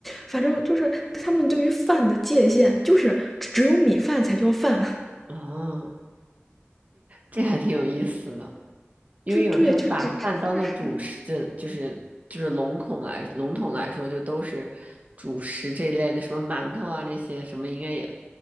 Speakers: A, in the centre; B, on the right.
A: 反正就是他们对于饭的界限就是只只有米饭才叫饭。
B: 哦，这还挺有意思的，因为有时候把饭当做主食，
A: 就对，就这真的是，
B: 就就是就是笼统来笼统来说，就都是主食这一类的，什么馒头啊这些什么，应该也